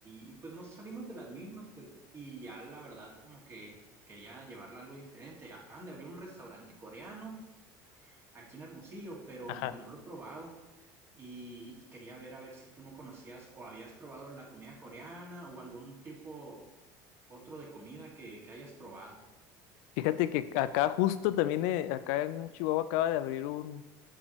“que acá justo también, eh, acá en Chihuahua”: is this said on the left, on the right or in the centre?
Left